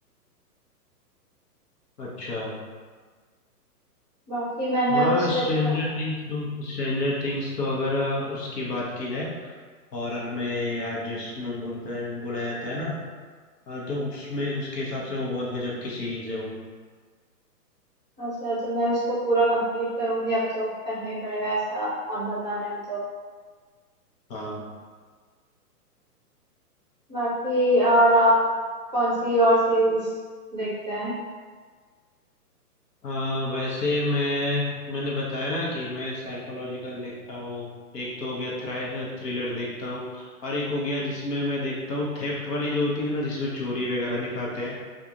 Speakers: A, on the left; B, on the right.
A: अच्छा
B: बाकी मैंने
A: हाँ
B: अभी उस
A: स्ट्रेंजर
B: पर इतना
A: थिंग्स तो स्ट्रेंजर थिंग्स तो अगर अ, उसकी बात की जाए हॉरर में या जिसमें बोलता है बोला जाता है ना अ, तो उसमें उसके हिसाब से वो बहुत गजब की सीरीज है वो
B: अच्छा तो मैं उसको पूरा कंप्लीट करूंगी अब तो करना ही पड़ेगा ऐसा आप बता रहे हैं तो
A: हाँ
B: बाकी और आप कौन सी और सीरीज देखते हैं
A: अ, वैसे मैं मैंने बताया ना कि मैं साइकोलॉजिकल देखता हूँ एक तो हो गया थ्रा थ्रिलर देखता हूँ और एक हो गया जिसमें मैं देखता हूँ थेफ्ट वाली जो होती है ना जिसमें चोरी वगैरह दिखाते हैं